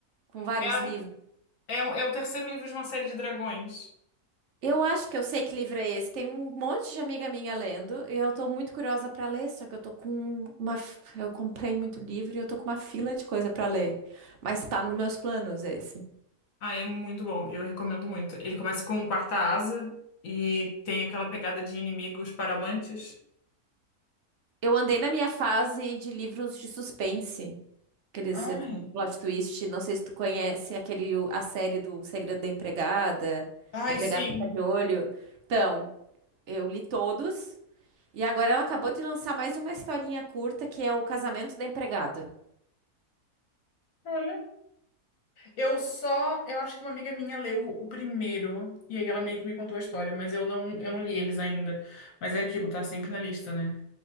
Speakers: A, on the right; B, on the left.
A: com vários
B: É,
A: livros.
B: é, é o terceiro livro de uma série de dragões.
A: Eu acho que eu sei que livro é esse. Tem um monte de amiga minha lendo e eu tô muito curiosa pra ler, só que eu tô com uma. f- Eu comprei muito livro e eu tô com uma fila de coisa pra ler. Mas tá nos meus planos esse.
B: Ah, é muito bom, eu recomendo muito. Ele começa com quarta asa e tem aquela pegada de inimigos para amantes.
A: Eu andei na minha fase de livros de suspense. Aqueles
B: Ai,
A: eh, com plot twist. Não sei se tu conhece aquele, o- a série do Segredo da Empregada.
B: ai,
A: A empregada
B: sim.
A: está de olho. Então, eu li todos. E agora ela acabou de lançar mais uma historinha curta, que é o Casamento da Empregada.
B: Olha, eu só, eu acho que uma amiga minha leu o primeiro e aí ela meio que me contou a história, mas eu não, eu não li eles ainda. Mas é aquilo, tá sempre na lista, né?